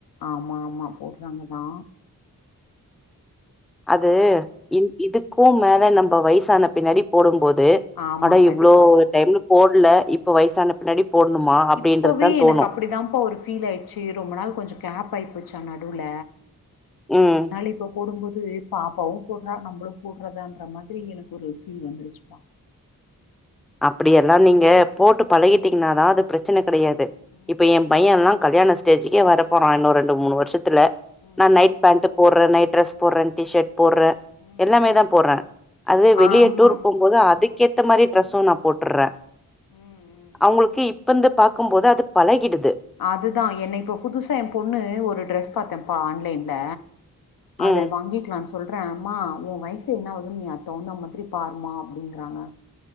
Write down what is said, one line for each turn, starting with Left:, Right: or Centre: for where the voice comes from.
Left: ஆமாமா போட்றாங்க தா
Centre: அது இ இதுக்கு மேல நம்ம வயசான பின்னாடி போடும்போது
Left: ஆமா
Centre: அட
Left: கண்டிப்பா
Centre: இவ்ளோ டைம்ல போட்ல இப்ப வயசான பின்னாடி போட்ணுமா அப்டின்றதுதா
Left: இப்போவே
Centre: தோணு
Left: எனக்கு அப்டிதாப்ப ஒரு ஃபீல் ஆயிட் சீ ரொம்ப நாள் கொஞ்ச கேப்பாய் போச்சா நடுவுல
Centre: ம்
Left: ஆனாலு இப்ப போடும்போது பாப்பாவு போட்றா நம்ளு போட்றதான்ற மாதிரி எனக்கு ஒரு ஃபீல் வந்துருச்சுப்பா
Centre: அப்டியெல்லா நீங்க போட்டு பழகிட்டிங்ன்னாதா அது பிரச்சன கெடையாது
Left: ம்
Centre: இப்ப எ பைய்யல்லா கல்யாண ஸ்டேஜுக்கே வரப்போறா இன்னு ரெண்டு மூணு வருஷத்துல
Left: ம்
Centre: நா நைட் பேண்ட் போட்றே நைட் ட்ரெஸ் போட்றே டி ஷர்ட் போட்றே
Left: ம்
Centre: எல்லாமே
Left: ம்
Centre: தா போட்றே அது வெளிய
Left: ஆமா
Centre: டூர் போம்போது அதுக்கேத்த
Left: ம்
Centre: மாரி டிரெஸ்ஸு நா போட்டுறே
Left: ம் ம்
Centre: அவ்ங்களுக்கு
Left: ம்
Centre: இப்ப இந்த பாக்கும்போது அது பழகிடுது
Left: அதுதா என்ன இப்ப புதுசா எ பொண்ணு ஒரு ட்ரெஸ் பாத்தேப்பா ஆன்லைன்ல அத
Centre: ம்
Left: வாங்கிக்கலான் சொ சொல்றே அம்மா உ வய்சு என்ன ஆகுதுன் நீ அத்தகுந்த மாதிரி பாருமா அப்டிங்கறாங்க